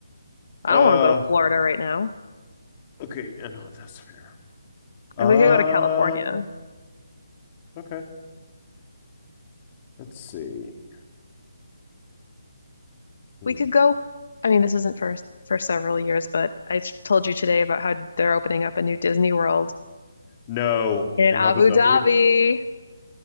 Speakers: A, on the left; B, on the left.
A: I
B: Yeah,
A: don't want to go to Florida right now.
B: no, that's fair. Um,
A: And
B: uh,
A: we could go to California.
B: okay. Let's see. Hmm.
A: We could go. I mean, this isn't for for several years, but I told you today about how they're opening up a new Disney World
B: No,
A: in
B: in
A: Abu
B: Abu Dhabi.
A: Dhabi.